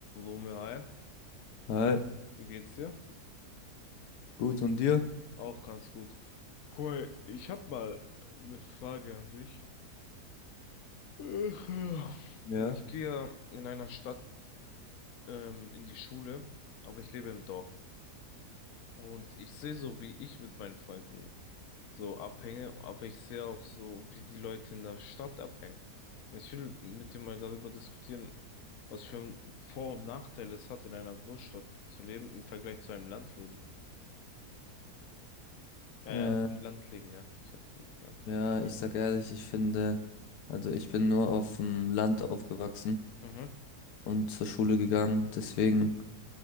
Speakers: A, on the left; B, on the left.
A: Romeo, hi,
B: Hi,
A: wie geht's dir?
B: gut und dir?
A: Auch ganz gut. Guck mal, ich hab mal eine Frage an dich. Ach, ja.
B: Ja,
A: Ich gehe in einer Stadt ähm, in die Schule, aber ich lebe im Dorf. Und ich sehe so, wie ich mit meinen Freunden so abhänge, aber ich sehe auch so, wie die Leute in der Stadt abhängen. Und ich will mit dir mal darüber diskutieren, was für ein Vor- und Nachteil es hat, in einer Großstadt zu leben im Vergleich zu einem Landleben. Äh,
B: Ähm,
A: Landleben, ja. Ich hab, ja.
B: ja, ich sag ehrlich, ich finde, also ich bin nur auf dem Land aufgewachsen
A: Mhm.
B: und zur Schule gegangen, deswegen